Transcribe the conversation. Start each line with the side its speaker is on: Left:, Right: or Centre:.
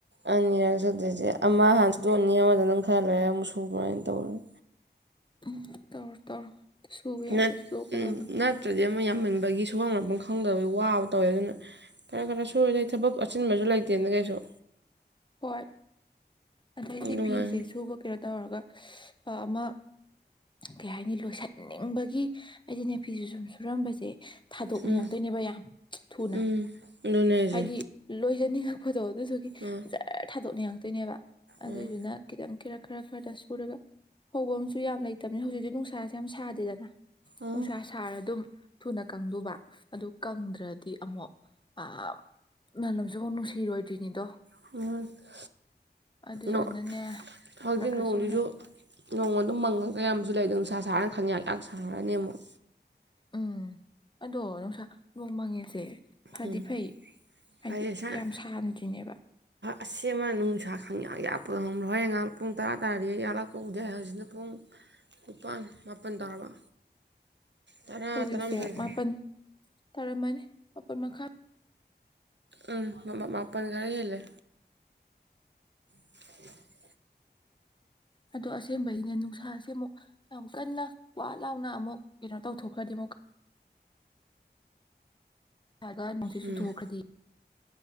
Right: ꯑꯅꯤꯔꯛ ꯆꯠꯇꯣꯖꯦ ꯑꯃ ꯍꯥꯟ ꯁꯨꯗꯣꯑꯅꯤ ꯑꯃꯗꯨꯅ ꯈꯔ ꯂꯩꯔ ꯑꯃꯨ ꯁꯨꯨꯕꯔ ꯑꯗꯨꯃꯥꯏꯅ ꯇꯧꯔꯅꯤ꯫
Left: ꯎꯝ ꯇꯧꯔꯣ ꯇꯧꯔꯣ꯫ ꯁꯨꯕ ꯌꯥꯕ
Right: ꯅꯠ
Left: ꯁꯨꯗꯣꯛꯀꯗꯕꯅꯤ
Right: ꯅꯠꯇ꯭ꯔꯗꯤ ꯑꯃ ꯌꯥꯝꯃꯟꯕꯒꯤ ꯁꯨꯐꯝ ꯂꯥꯛꯐꯝ ꯈꯪꯗꯕꯒꯤ ꯋꯥꯕ ꯇꯧꯋꯦ ꯑꯗꯨꯅ ꯈꯔ ꯈꯔ ꯁꯨꯔꯗꯤ ꯊꯕꯛ ꯑꯆꯤꯟꯕꯁꯨ ꯂꯩꯇꯦꯅ ꯀꯩꯁꯨ꯫
Left: ꯍꯣꯏ ꯑꯗꯩꯗꯤ
Right: ꯑꯗꯨꯃꯥꯏꯅ
Left: ꯐꯤꯁꯦ ꯁꯨ ꯀꯩꯅꯣ ꯇꯧꯔꯒ ꯑ ꯑꯃ꯫ ꯀꯩ ꯍꯥꯏꯅꯤ ꯂꯣꯏꯁꯟꯅꯤꯡꯕꯒꯤ ꯑꯩꯗꯤꯅꯦ ꯐꯤꯖꯦ ꯁꯨꯝ ꯁꯨꯔꯝꯕꯖꯦ ꯊꯥꯗꯣꯛꯅꯤꯡꯉꯛꯇꯣꯏꯅꯦꯕ
Right: ꯎꯝ
Left: ꯌꯥꯝ ꯊꯨꯅ꯫
Right: ꯎꯝ ꯑꯗꯨꯅꯦ ꯍꯥꯏꯁꯦ
Left: ꯍꯥꯏꯗꯤ ꯂꯣꯏꯖꯅꯤꯡꯉꯛꯄꯗꯣ ꯑꯗꯨꯗꯨꯒꯤ
Right: ꯎꯝ
Left: ꯖꯔ ꯊꯥꯗꯣꯛꯅꯤꯡꯉꯛꯇꯣꯏꯅꯦꯕ꯫ ꯑꯗꯨꯏꯗꯨꯅ꯫
Right: ꯎꯝ
Left: ꯈꯤꯇꯪ ꯈꯔ ꯈꯔ ꯈꯔꯗ ꯁꯨꯔꯒ ꯐꯧꯕꯝꯁꯨ ꯌꯥꯝ ꯂꯩꯇꯕꯅꯤꯅ ꯍꯧꯖꯤꯛꯁꯤ ꯅꯨꯡꯁꯥꯁꯨ ꯌꯥꯝ ꯁꯥꯗꯦꯗꯅ
Right: ꯎꯝ
Left: ꯅꯨꯡꯁꯥ ꯁꯥꯔꯗꯨꯝ ꯊꯨꯅ ꯀꯪꯗꯨꯕ ꯑꯗꯨ ꯀꯪꯗ꯭ꯔꯗꯤ ꯑꯃꯨꯛ ꯑꯝ ꯃꯅꯝꯖꯨ ꯑꯃꯨꯛ ꯅꯨꯡꯁꯤꯔꯣꯏꯗ꯭ꯣꯏꯅꯤꯗꯣ꯫
Right: <unintelligible>
Left: ꯑꯗꯨꯏꯗꯨꯅꯅꯦ
Right: ꯅꯣꯡ ꯍꯧꯖꯤꯛ
Left: ꯈꯔ ꯈꯔ
Right: ꯅꯣꯡꯁꯤꯁꯨ
Left: ꯁꯨꯅꯕ
Right: ꯅꯣꯡ ꯑꯗꯨꯝ ꯃꯪꯉꯒ ꯑꯌꯥꯝꯕ ꯑꯃꯖꯨ ꯂꯩꯗꯣ ꯅꯨꯡꯁꯥ ꯁꯥꯔꯒ ꯈꯪꯌꯥꯛꯌꯥꯛ ꯁꯥꯔꯅꯤ ꯑꯃꯨꯛ꯫
Left: ꯎꯝ ꯑꯗꯣ ꯅꯨꯡꯁꯥ ꯅꯣꯡ ꯃꯪꯉꯦꯁꯦ꯫ ꯐꯗꯤ
Right: ꯎꯝ
Left: ꯐꯩ ꯍꯥꯏꯗꯤ
Right: ꯐꯔꯦ ꯁꯥ
Left: ꯌꯥꯝ ꯁꯥꯍꯟꯗ꯭ꯔꯤꯅꯦꯕ꯫
Right: ꯑꯁ ꯑꯃ ꯅꯨꯡꯁꯥ ꯈꯪꯌꯥꯛ ꯌꯥꯛꯄꯗꯣ ꯍꯧꯕ꯭ꯔ ꯍꯣꯔꯦꯟ ꯉꯩꯍꯥꯛ ꯄꯨꯡ ꯇꯔꯥ ꯇꯥꯔꯗꯤ ꯌꯥꯛꯂꯛꯄ ꯎꯗꯦ ꯍꯧꯖꯤꯛꯅ ꯄꯨꯡ ꯅꯤꯄꯥꯥꯟ ꯃꯥꯄꯟ ꯇꯥꯔꯕ꯫ ꯇꯔꯥ
Left: ꯍꯧꯖꯤꯛꯁꯦ
Right: ꯇꯔꯥꯃꯥꯊꯣꯏꯗ
Left: ꯃꯥꯄꯟ ꯇꯥꯔꯝꯃꯅꯤ ꯃꯥꯄꯟ ꯃꯈꯥꯏ꯫
Right: ꯎꯝ ꯃꯥꯄꯜ ꯈꯔ ꯍꯦꯜꯂꯦ <inaudible>
Left: ꯑꯗꯣ ꯑꯁꯦꯡꯕꯒꯤꯅꯦ ꯅꯨꯡꯁꯥꯁꯦ ꯑꯃꯨꯛ ꯌꯥꯝ ꯀꯟꯅ ꯋꯥ ꯂꯥꯎꯅ ꯑꯃꯨꯛ ꯀꯩꯅꯣ ꯇꯧꯊꯣꯛꯈ꯭ꯔꯗꯤ ꯑꯃꯨꯛ ꯑꯒ ꯅꯨꯡꯁꯤꯠ
Right: ꯎꯝ
Left: ꯆꯨꯊꯣꯛꯈ꯭ꯔꯗꯤ